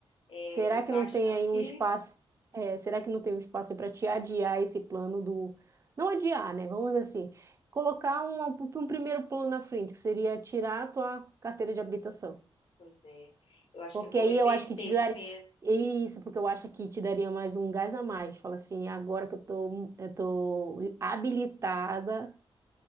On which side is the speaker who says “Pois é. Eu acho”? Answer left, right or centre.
Left